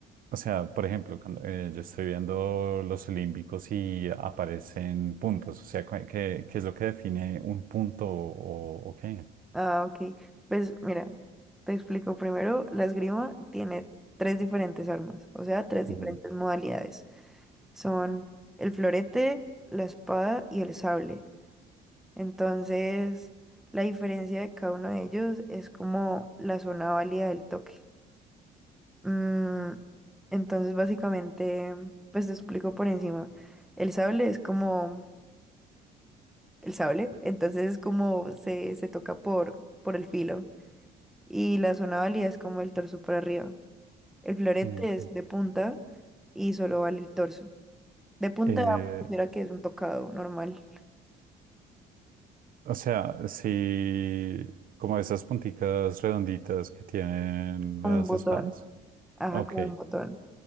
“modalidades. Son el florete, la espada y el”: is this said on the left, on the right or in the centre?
Centre